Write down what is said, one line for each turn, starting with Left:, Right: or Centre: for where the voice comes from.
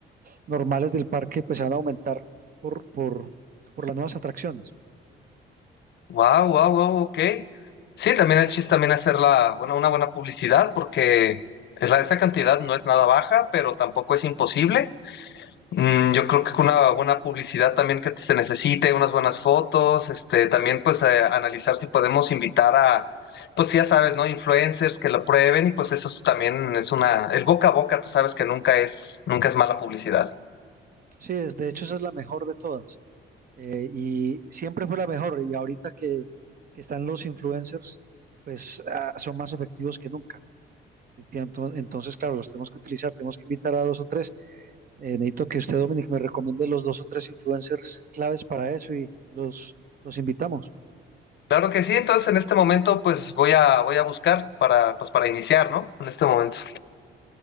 Right: normales del parque pues se van a aumentar por, por, por las nuevas atracciones.
Left: Wow, wow, wow, ok. Sí, también el chiste también hacer la, bueno, una buena publicidad porque es la, esta cantidad no es nada baja, pero tampoco es imposible. Mm, yo creo que con una buena publicidad también que se necesite, unas buenas fotos, este, también pues eh, analizar si podemos invitar a, pues ya sabes, ¿no? Influencers que lo prueben y pues eso es también es una, el boca a boca, tú sabes que nunca es, nunca es mala publicidad.
Right: Sí, es- de hecho esa es la mejor de todas. eh, y siempre fue la mejor. Y ahorita que, que están los influencers, pues ah, son más efectivos que nunca. Enti- Entonces, claro, los tenemos que utilizar, tenemos que invitar a dos o tres. Eh, necesito que usted, Dominic, me recomiende los dos o tres influencers claves para eso y los, los invitamos.
Left: Claro que sí, entonces en este momento pues voy a, voy a buscar para, pues para iniciar, ¿no? En este momento.